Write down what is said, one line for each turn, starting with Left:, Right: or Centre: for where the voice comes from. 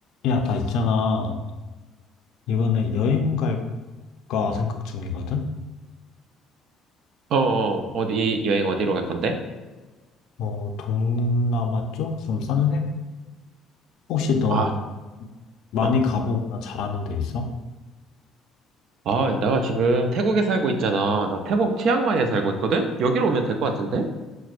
Left: 야, 나 있잖아. 이번에 여행 갈까 생각 중이거든?
Right: 어, 어, 어디, 여행 어디로 갈 건데?
Left: 어, 동남아 쪽? 좀 싼데? 혹시 너
Right: 아,
Left: 많이
Right: 어.
Left: 가보거나 잘하는 데 있어?
Right: 아, 내가 지금 태국에 살고 있잖아. 나 태국 치앙마이에 살고 있거든? 여기로 오면 될 것 같은데?